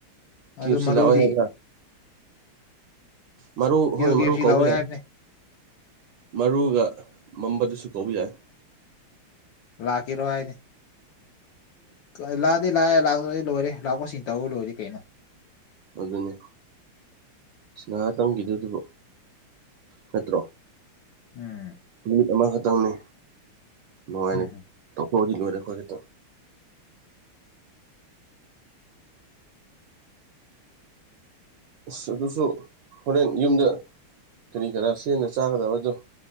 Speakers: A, on the right; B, on the left.
A: ꯀ꯭ꯨ
B: ꯑꯗꯨ
A: ꯁꯤ
B: ꯃꯔꯨꯗꯤ
A: ꯂꯥꯛꯑꯣꯏ ꯍꯥꯏꯗ꯭ꯔ ꯃꯔꯨ
B: ꯀꯤꯌꯣ
A: ꯍꯣꯏ
B: ꯀꯦ
A: ꯃꯔꯨ
B: ꯑꯦꯐ ꯁꯤ
A: ꯀꯧꯕꯥꯎ
B: ꯂꯥꯛꯑꯣꯏ
A: ꯌꯥꯏ
B: ꯍꯥꯏꯕꯅꯦ
A: ꯃꯔꯨꯒ ꯃꯝꯕꯗꯨꯁꯨ ꯀꯧꯕ ꯌꯥꯏ
B: ꯂꯥꯛꯀꯔꯣ ꯍꯥꯏꯅꯤ ꯑꯦ ꯂꯥꯛꯑꯗꯦ ꯂꯥꯛꯑꯦ ꯂꯥꯛꯑ ꯂꯣꯏꯔꯦ ꯂꯥꯛꯄꯁꯤꯡ ꯇꯧ ꯂꯣꯏꯔꯦ ꯀꯩꯅꯣ
A: ꯑꯗꯨꯅꯦ ꯁ ꯅꯍꯥ ꯇꯝꯈꯤꯗꯨꯗꯨꯕꯨ ꯅꯠꯇ꯭ꯔꯣ
B: ꯎꯝ
A: ꯅꯨꯃꯤꯠ ꯑꯃꯈꯛꯇꯪꯅꯤ ꯅꯨꯡꯉꯥꯏꯅ
B: ꯎꯝ
A: ꯇꯧꯊꯣꯛꯑꯗꯤ ꯂꯣꯏꯔꯦ ꯑꯩꯈꯣꯏ ꯈꯤꯇꯪ ꯑꯁ ꯑꯗꯨꯁꯨ ꯍꯣꯔꯦꯟ ꯌꯨꯝꯗ ꯀꯔꯤ ꯀꯔꯥ ꯁꯦꯡꯅ ꯆꯥꯒꯗꯕꯗꯣ